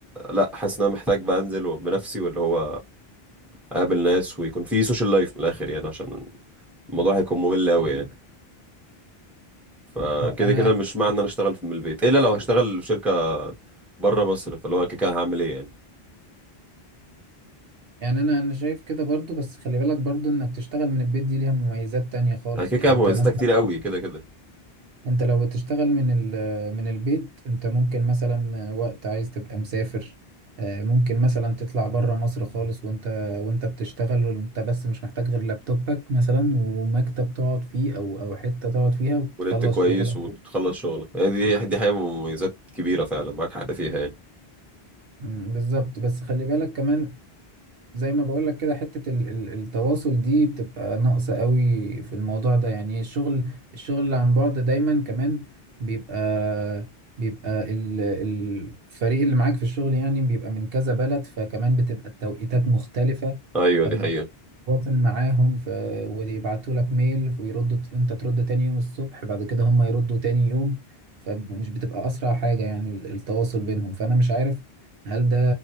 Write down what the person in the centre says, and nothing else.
لا حاسس ان انا محتاج بقى انزل بنفسي واللي هو اقابل ناس ويكون في سوشيال لايف من الاخر يعني عشان الموضوع هيكون ممل قوي يعني فكده
كده مش معنى ان انا اشتغل في- من البيت الا لو هشتغل في شركه بره مصر فاللي هو كده كده هعمل ايه يعني
انا كده
كده
مميزاتها
كتير قوي كده كده
ونت كويس
وتخلص شغلك يعني دي دي حقيقه مميزات كبيره فعلا معاك حق فيها يعني
ايوه
دي حقيقه